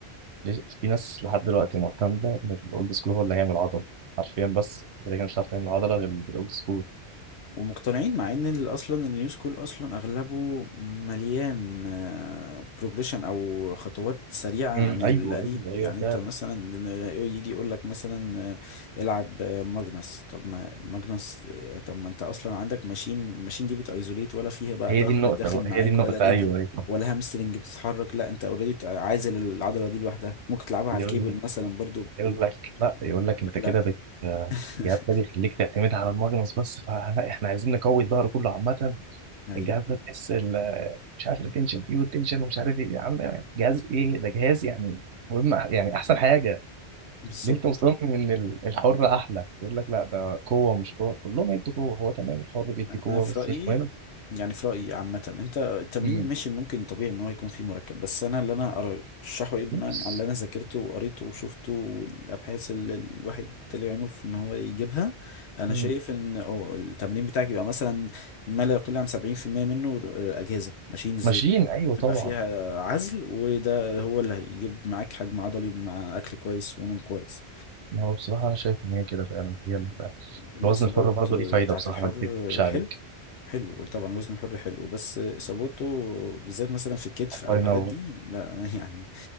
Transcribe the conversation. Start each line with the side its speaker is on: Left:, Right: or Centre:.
Right: ليه- في ناس لحد دلوقتي معتمده ان الاولد سكول هو اللي هيعمل عضل حرفيا بس اذا كان مش هتعرف تعمل عضله غير بالاولد سكول
Left: ومقتنعين مع ان ال- اصلا النيو سكول اصلا اغلبه مليان بروجريشن او خطوات سريعه عن
Right: مم.
Left: القديم
Right: ايوه ايوه ايوه
Left: يعني انت
Right: فعلا
Left: مثلا يجي يقول لك مثلا آه، العب آه، ماجنس طب ما ماجنس آه، طب ما انت اصلا عندك ماشين الماشين دي بتايزوليت ولا فيها بقى
Right: هي
Left: ظهر
Right: دي النقطه
Left: داخل
Right: بقى،
Left: معاك
Right: هي دي النقطه
Left: ولا <laughs> رجل
Right: ايوه ايوه
Left: ولا هامسترنج بتتحرك لا انت اوريدي عازل العضله دي لوحدها ممكن تلعبها على
Right: يقول
Left: الكيبل
Right: لك
Left: مثلا برضو
Right: يقول
Left: ويقول
Right: لك لا يقول لك انت
Left: لك
Right: كده
Left: لا
Right: بت
Left: <laughs>
Right: يا ده بيخليك تعتمد على الماجنس بس فلا احنا عايزين نقوي الظهر كله عامه
Left: ايوه
Right: الجهاز ده تحس ال- مش عارف التنشن فيه والتنشن ومش عارف ايه يا عم جهاز ايه ده جهاز يعني مهم أح- يعني احسن حاجه
Left: بالظبط
Right: اللي انت مصمم ان ال- الحر احلى يقول لك لا ده قوه مش قوه كلهم هيدوا قوه هو تمام الحر بيدي قوه
Left: انا في
Right: بس
Left: رايي
Right: مش مهم
Left: يعني في رايي عامه انت التمرين
Right: امم
Left: ماشي ممكن طبيعي ان هو يكون فيه مركب بس انا اللي انا ارشحه ايه بناء
Right: بس
Left: على اللي انا ذاكرته وقريته وشفته والابحاث اللي الواحد طلع عينه في ان هو يجيبها انا
Right: امم
Left: شايف ان اه التمرين بتاعك يبقى مثلا ما لا يقل عن 70% منه آه، اجهزه ماشينز
Right: ماشيين ايوه
Left: تبقى
Right: طبعا
Left: فيها عزل وده هو اللي هيجيب معاك حجم عضلي مع اكل كويس ونوم كويس
Right: ما هو بصراحه انا شايف ان هي كده فعلا هي ال-
Left: الاصابات
Right: الوزن الحر برضه
Left: آه،
Right: ليه فايده
Left: بتاعت
Right: بصراحه
Left: الحر
Right: ما اكذبش
Left: آه،
Right: عليك
Left: حلو حلو طبعا الوزن الحر حلو بس اصابته بالذات مثلا في الكتف
Right: الله
Left: او الحاجات
Right: ينور
Left: دي لا <laughs> يعني